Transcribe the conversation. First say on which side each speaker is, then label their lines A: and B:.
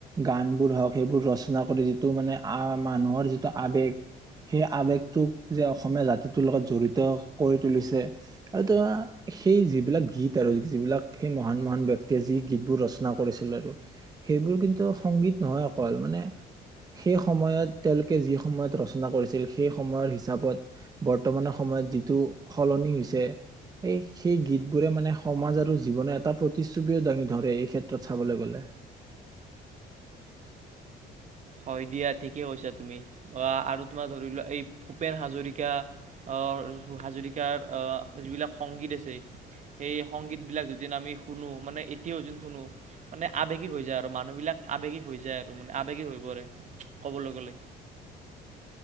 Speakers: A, on the right; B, on the right.
A: গানবোৰ হওঁক সেইবোৰ ৰচনা কৰি যিটো মানে আ মানুহৰ যিটো আবেগ, সেই আবেগটোক যে অসমীয়া জাতিটোৰ লগত জড়িত কৰি তুলিছে আৰু সেই যিবিলাক গীত আৰু যিবিলাক সেই মহান মহান ব্যক্তি তে যি গীতবোৰ ৰচনা কৰিছিল আৰু সেইবোৰ কিন্তু সংগীত নহয় অকল। মানে সেই সময়ত তেওঁলোকে যি সময়ত ৰচনা কৰিছিল সেই সময়ৰ হিচাপত বৰ্তমানৰ সময়ত যিটো সলনি হৈছে সেই সেই গীতবোৰে মানে সমাজ আৰু জীৱনৰ এটা প্ৰতি চুবীয়ও দাঙি ধৰে এইক্ষেত্ৰত চাবলৈ গ'লে।
B: হয় দিয়া ঠিকেই কৈছা তুমি আ‌ আৰু তোমাৰ ধৰিলোৱা এই ভূপেন হাজৰিকা-হাজৰিকাৰ অ যিবিলাক সংগীত আছে। সেই সংগীতবিলাক যদি আমি শুনো মানে মিউজিক শুনো মানে আবেগ হৈ যায় আৰু মানুহ বিলাক আৱেগিক হৈ যায় আৰু মানে আবেগিক হৈ ক'বলৈ গ'লে